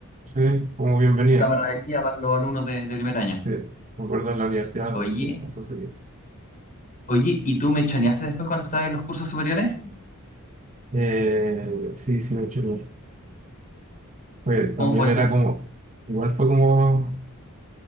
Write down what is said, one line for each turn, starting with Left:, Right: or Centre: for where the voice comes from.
Right: Sí, Como bienvenida.
Left: camaradería para los alumnos de, de primer año.
Right: Sí, me acuerdo en la Universidad
Left: Oye,
Right: Adventista sucedió eso.
Left: oye, ¿y tú mechoneaste después cuando estabas en los cursos superiores?
Right: Eh, sí, sí, mechoneé. Pues también
Left: ¿Cómo fue eso?
Right: era como, igual fue como